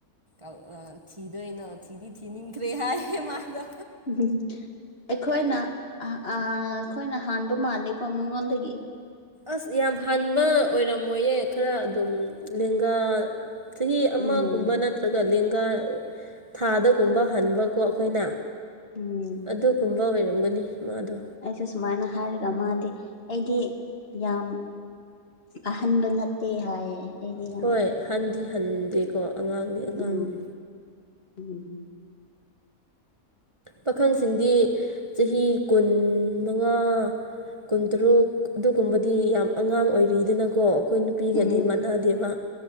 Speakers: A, on the right; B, on the left.
A: ꯑ ꯊꯤꯗꯣꯏꯅꯣ ꯊꯤꯗꯤ ꯊꯤꯅꯤꯡꯈ꯭ꯔꯦ ꯍꯥꯏꯌꯦ ꯃꯥꯗꯣ
B: <unintelligible> ꯑꯩꯈꯣꯏꯅ ꯑꯥ ꯑꯩꯈꯣꯏꯅ ꯍꯥꯟꯕ ꯃꯥꯜꯂꯦꯀꯣ ꯃꯉꯣꯟꯗꯒꯤ
A: ꯑꯁ ꯌꯥꯝ ꯍꯥꯟꯕ ꯑꯣꯏꯔꯝꯃꯣꯏꯌꯦ ꯈꯔ ꯑꯗꯨꯝ ꯂꯦꯡꯒꯥ ꯆꯍꯤ ꯑꯃꯒꯨꯝꯕ
B: ꯎꯝ
A: ꯅꯠꯇ꯭ꯔꯒ ꯂꯦꯡꯒꯥ ꯊꯥꯗꯒꯨꯝꯕ ꯍꯟꯕꯀꯣ ꯑꯩꯈꯣꯏꯅ
B: ꯎꯝ
A: ꯑꯗꯨꯒꯨꯝꯕ ꯑꯣꯏꯔꯝꯒꯅꯤ ꯃꯥꯗꯣ
B: ꯑꯩꯁꯨ ꯁꯨꯃꯥꯏꯅ ꯍꯥꯏꯔꯒ ꯃꯥꯗꯤ ꯑꯩꯗꯤ ꯌꯥꯝ ꯑꯍꯟꯕ ꯅꯠꯇꯦ ꯍꯥꯏꯌꯦ ꯑꯩꯗꯤ ꯌꯥꯝ
A: ꯍꯣꯏ ꯍꯟꯗꯤ ꯍꯟꯗꯦꯀꯣ ꯑꯉꯥꯡꯅꯤ ꯑꯉꯥꯡꯅꯤ
B: ꯎꯝ ꯎꯝ
A: ꯄꯥꯈꯪꯁꯤꯡꯗꯤ ꯆꯍꯤ ꯀꯨꯟ ꯃꯉꯥ ꯀꯨꯟꯇꯔꯨꯛ ꯑꯗꯨꯒꯨꯝꯕꯗꯤ ꯌꯥꯝ ꯑꯉꯥꯡ ꯑꯣꯏꯔꯤꯗꯅꯀꯣ ꯑꯩꯈꯣꯏ ꯅꯨꯄꯤꯒꯗꯤ
B: ꯎꯝ
A: ꯃꯅꯥꯗꯦꯕ